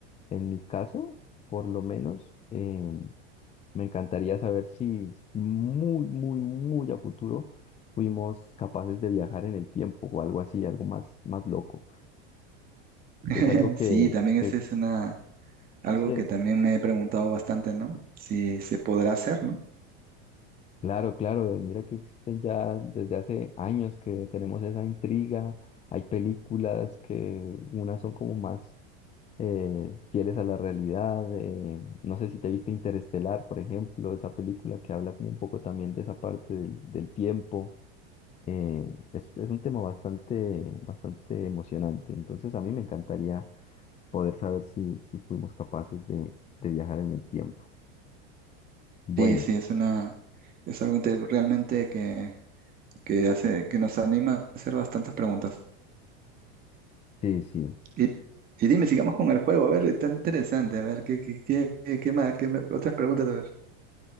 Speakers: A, on the left; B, on the right.
A: En mi caso, por lo menos, em, me encantaría saber si, si muy, muy, muy a futuro fuimos capaces de viajar en el tiempo o algo así, algo más, más loco.
B: <laughs>
A: Es algo que,
B: Sí, también ese
A: que
B: es una, algo
A: sí,
B: que también me he preguntado bastante, ¿no? Si se podrá hacer, ¿no?
A: Claro, claro, mira que existen ya desde hace años que tenemos esa intriga, hay películas que unas son como más eh, fieles a la realidad, eh, no sé si te viste Interestelar, por ejemplo, esa película que habla como un poco también de esa parte del, del tiempo, eh, es, es un tema bastante, bastante emocionante, entonces a mí me encantaría poder saber si, si fuimos capaces de, de viajar en el tiempo. Bueno,
B: Sí, sí, es una, es algo inte- realmente que, que hace, que nos anima a hacer bastantes preguntas.
A: sí, sí,
B: Y, y dime, sigamos con el juego, a ver, está interesante, a ver, ¿qué, qué, qué, qué más, qué me- otras preguntas, a ver?